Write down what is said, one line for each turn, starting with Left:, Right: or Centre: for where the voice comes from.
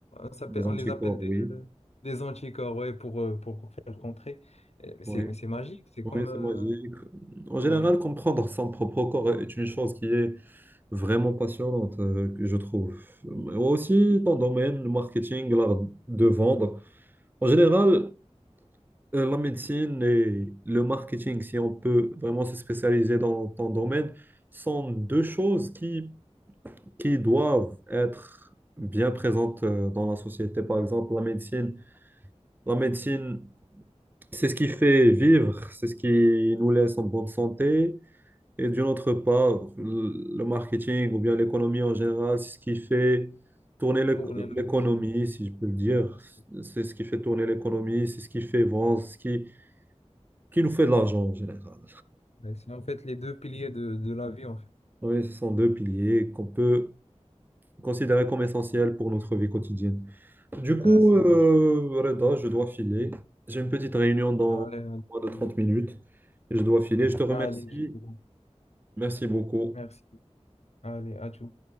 Left: on s'appelle-
Right: les
Left: on
Right: anticorps,
Left: les appelle des,
Right: oui,
Left: des anticorps, ouais, pour, euh, pour faire contrer. Euh, mais
Right: oui,
Left: C'est, mais c'est magique, c'est
Right: oui,
Left: comme,
Right: c'est
Left: euh,
Right: magique. En
Left: ouais,
Right: général, comprendre son propre corps est une chose qui est vraiment passionnante, euh, que je trouve. Mais Aussi, ton domaine, le marketing, l'art de vendre. En général, euh, la médecine et le marketing, si on peut vraiment se spécialiser dans ton domaine, sont deux choses qui, qui doivent être bien présentes euh, dans la société. Par exemple, la médecine, la médecine, c'est ce qui fait vivre, c'est ce qui nous laisse en bonne santé. Et d'une autre part, le le marketing ou bien l'économie en général, c'est ce qui fait tourner l'éco-
Left: tourner la
Right: l'économie,
Left: société. Ouais,
Right: si je peux le dire.
Left: C'est
Right: C'est ce qui fait tourner l'économie, c'est ce qui fait vendre, c'est ce qui, qui nous fait de l'argent en général.
Left: ouais, en fait les deux piliers de, de la vie, en fait.
Right: Oui, ce sont deux piliers qu'on peut considérer comme essentiels pour notre vie quotidienne. Du coup,
Left: Ouais, c'est
Right: euh,
Left: vrai.
Right: Reda, je dois filer. J'ai une petite réunion dans
Left: Ouais, allez,
Right: moins de 30 minutes. Je dois filer. Je te remercie.
Left: allez, je te laisse.
Right: Merci beaucoup.
Left: Merci. Allez, à tout.